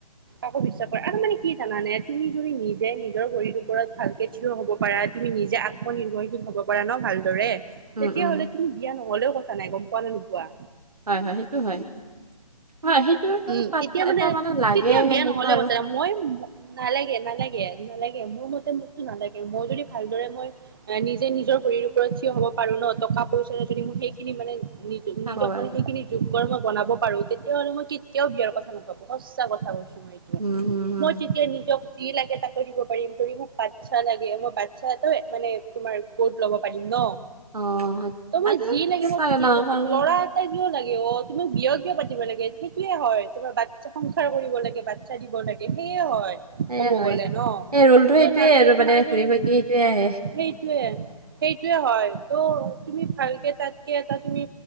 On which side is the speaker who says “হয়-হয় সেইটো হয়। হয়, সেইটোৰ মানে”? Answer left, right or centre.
Right